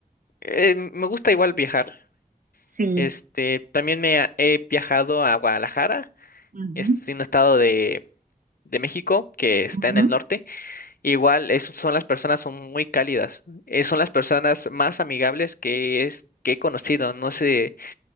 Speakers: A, on the left; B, on the right.
A: eh, me gusta igual viajar.
B: Sí.
A: Este, también me ha- he viajado a Guadalajara,
B: Ujú.
A: es un estado de México, que está
B: Ujú.
A: en el norte. Igual es- son las personas son muy cálidas, eh, son las personas más amigables que es que he conocido. No sé,